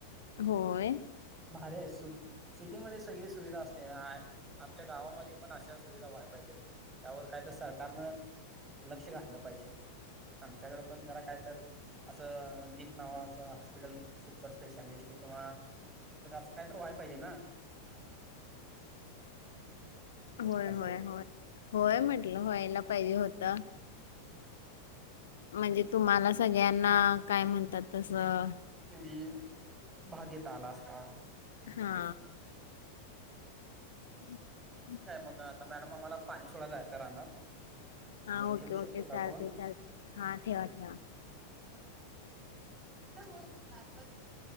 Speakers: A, on the left (about 65°); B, on the right (about 15°).
A: होय
B: भारी आहे सु सिटीमध्ये सगळी सुविधा असते. आमच्या गावामध्ये पण अशा सुविधा व्हाय पाहिजेत. त्यावर काय तर सरकारनं लक्ष घातलं पाहिजे. आमच्याकडं पण जरा काय तर असं दीप नावाच असं हॉस्पिटल सुपर स्पेशालिस्ट किंवा त्यात असं काय तर व्हाय‌ पाहिजे ना.
A: होय
B: हॅलो
A: होय होय. होय म्हटलं व्हायला पाहिजे होतं. म्हणजे तुम्हाला सगळ्यांना, काय म्हणतात तसं.
B: हम्म भागीत आला असता.
A: हा. <unintelligible>
B: ठीक आहे मग आता मॅडम, आम्हाला पाणी सोडाय जायचं रानात.
A: हा
B: आम्ही
A: ओके
B: ठेवू
A: ओके
B: शकतो
A: चालतय
B: का फोन
A: चालतय, हा ठेवा ठेवा..
B: <unintelligible>